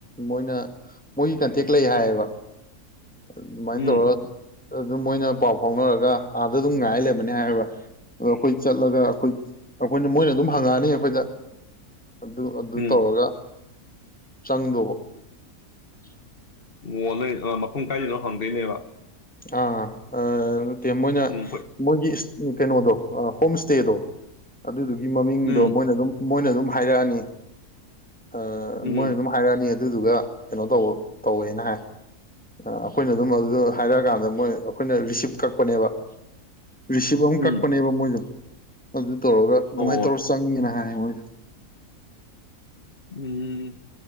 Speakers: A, in the centre; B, on the left.
A: ꯃꯣꯏꯅ ꯃꯣꯏꯒꯤ ꯀꯟꯇꯦꯛ ꯂꯩ ꯍꯥꯏꯌꯦꯕ ꯑꯗꯨꯃꯥꯏꯅ
B: ꯎꯝ
A: ꯇꯧꯔꯒ ꯑꯗꯨꯝ ꯃꯣꯏꯅ ꯄꯥꯎ ꯐꯥꯎꯅꯔꯒ ꯑꯥꯗ ꯑꯗꯨꯝ ꯉꯥꯏ ꯂꯩꯕꯅꯤ ꯍꯥꯏꯒ ꯑꯗꯣ ꯑꯩꯈꯣꯏ ꯆꯠꯂꯒ ꯑꯩꯈꯣꯏ ꯑꯩꯈꯣꯏꯅ ꯃꯣꯏꯅ ꯑꯗꯨꯝ ꯍꯪꯉꯛꯑꯅꯤ ꯑꯩꯈꯣꯏꯗ ꯑꯗꯨ ꯑꯗꯨ
B: ꯎꯝ
A: ꯇꯧꯔꯒ <unintelligible>
B: ꯃꯣꯟꯅꯩ ꯃꯐꯝ ꯀꯥꯏꯗꯅꯣ ꯍꯪꯗꯣꯏꯅꯦꯕ
A: ꯑꯥ ꯑ ꯅꯠꯇꯦ ꯃꯣꯏꯅ
B: ꯎꯝ ꯍꯣꯏ
A: ꯃꯣꯏꯒꯤ ꯀꯩꯅꯣꯗꯣ ꯑ ꯍꯣꯝ ꯏ꯭ꯁꯇꯦꯗꯣ ꯑꯗꯨꯗꯨ ꯒꯤ ꯃꯃꯤꯡꯗꯣ
B: ꯎꯝ
A: ꯃꯣꯏꯅ ꯑꯗꯨꯝ ꯃꯣꯏꯅ ꯑꯗꯨꯝ ꯍꯥꯏꯔꯛ ꯑꯅꯤ ꯑ
B: ꯎꯝ
A: ꯃꯣꯏ ꯑꯗꯨꯝ ꯍꯥꯏꯔꯛ ꯑꯅꯤ ꯑꯗꯨꯗꯨꯒ ꯀꯩꯅꯣ ꯇꯧꯕ ꯇꯧꯋꯦꯅ ꯍꯥꯏ ꯑꯩꯈꯣꯏꯅ ꯑꯗꯨꯝ ꯑꯗꯨꯗꯣ ꯍꯥꯏꯔꯛ ꯑꯀꯥꯟꯗ ꯃꯣꯏ ꯑꯩꯈꯣꯏꯅ ꯔꯤꯁꯤꯞ ꯀꯛꯄꯅꯦꯕ ꯔꯤꯁꯤꯞ ꯑꯃ
B: ꯎꯝ
A: ꯀꯛꯄꯅꯦꯕ ꯃꯣꯏꯗꯣ ꯑꯗꯨ ꯇꯧꯔꯒ ꯑꯗꯨꯃꯥꯏꯅ
B: ꯑꯣ
A: ꯇꯧꯔ ꯆꯪꯉꯦꯅ ꯍꯥꯏ ꯑꯣꯏ
B: ꯎꯝ